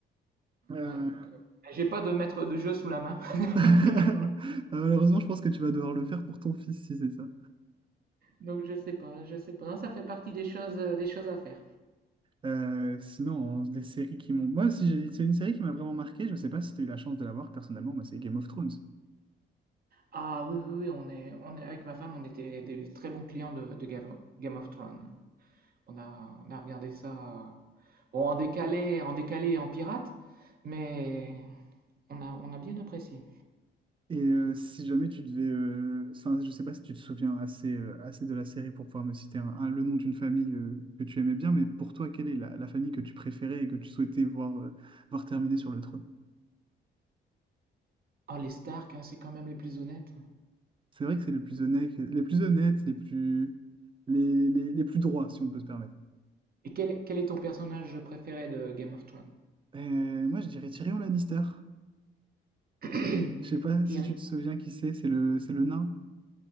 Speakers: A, on the right; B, on the right.
A: Euh,
B: Ouais, donc euh, j'ai pas de maître de jeu sous la main, <laughs>
A: <laughs> Malheureusement je pense que tu vas devoir le faire pour ton fils si c'est ça.
B: donc je sais pas, je sais pas. Non, ça fait partie des choses, euh, des choses à faire.
A: Euh, sinon, hein, les séries qui m'ont... Moi, si j'ai- c'est une série qui m'a vraiment marqué, je ne sais pas si tu as eu la chance de la voir personnellement, moi, c'est Game of Thrones.
B: Ah oui, oui, oui, on est, on est avec ma femme, on était des très bons clients de, de Game of Game of Thrones. On a, on a regardé ça, euh, bon, en décalé, en décalé et en pirate, mais on a, on a bien apprécié.
A: Et euh, si jamais tu devais... euh, Enfin, je ne sais pas si tu te souviens assez, euh, assez de la série pour pouvoir me citer un, un- le nom d'une famille euh, que tu aimais bien, mais pour toi, quelle est la, la famille que tu préférais et que tu souhaitais voir, euh, voir terminer sur le trône?
B: Oh, les Stark, hein, c'est quand même les plus honnêtes.
A: C'est vrai que c'est les plus honnêtes, les plus honnêtes, les plus... Les, les, les plus droits, si on peut se permettre.
B: Et quel, est- quel est ton personnage préféré de Game of Thrones?
A: Euh, moi, je dirais Tyrion Lannister.
B: <coughs>
A: Je sais pas
B: Tyrion.
A: si tu te souviens qui c'est, c'est le, c'est le nain.